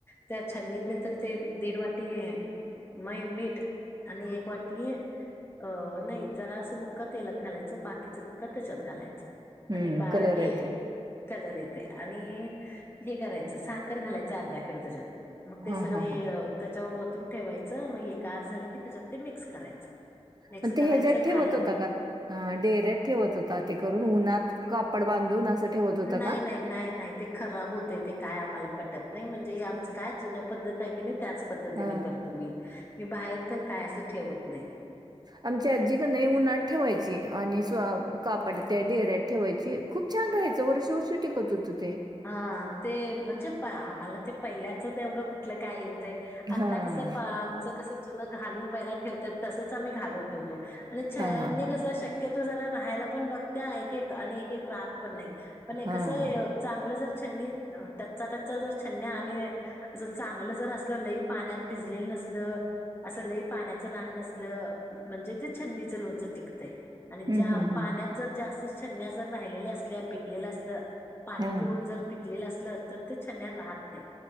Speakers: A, on the left; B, on the right.
A: त्या छननीत नायतर ते दीड वाटी मय मीठ आणि एक वाटी अ नाही जरासं बुक्का तेलात घालायचं बाकीचं बुक्का त्याच्यात घालायचं.
B: हं,
A: आणि बा
B: कलर
A: हे
B: येतोय.
A: कलर येतय. आणि हे करायच साखर घालायचं अर्धा किलो त्याच्यात मग ते
B: हां,
A: सगळे
B: हां, हां.
A: म त्याच्यावर ओतून ठेवायचं मग हे गार झालं की त्याच्यात ते मिक्स करायचं. मिक्स
B: पण ते
A: करायचं
B: ह्याच्यात ठेवतं
A: खाली
B: होता का अ डेऱ्यात ठेवतं होता ते करून उन्हात कापड बांधून असं ठेवत होता
A: नाय
B: का?
A: नाय नाय नाय ते खराब होतय ते काय आम्हाला पटत नाही म्हणजे हे आमचं काय जुनं त्याचंपद्धतं हाय की नाय त्यांच पद्तीने
B: हां.
A: करतो मी मी बाहेर तेन काय असं ठेवत नाय.
B: आमची आजी क नाय उन्हात ठेवायची आणि स् कापड त्या डेऱ्यात ठेवायची खूप छान राहायचं वर्ष वर्ष टिकत होतं ते.
A: हा ते म्हणजे आम्हाला ते पहिल्याचं तेवढं कुठलं काय हे होत
B: हां.
A: आता कसं पा आमचं कसं जुनं घालून पाहिल्या ठेवत्यात तसचं आम्ही घालून ठेवतो आणि छन्नी
B: हां, हां, हां.
A: कस शक् शक्यतो जरा राहायला पण बघत्या आणि एक एक आणि एक एक राहत पण नाही पण हे
B: हां.
A: कसं चांगलं जर छन्नी टच्चा टच्चा जर छन्नी आणि असं चांगलं जर असलं लई पाण्यात भिजलेलं नसल असं लई पाण्याचं रान नसलं म्हणजे ते छन्नीचं लोणचं टिकतय. आणि
B: हं,
A: ज्या
B: हं,
A: पाण्यात
B: हं.
A: जर जास्त छन्यां जर राहिलेल्या असल्या पिकलेलं असलं पाणी
B: हां.
A: पिऊन जर पिकलेलं असलं तर ते छन्न्या राहत नाहीत.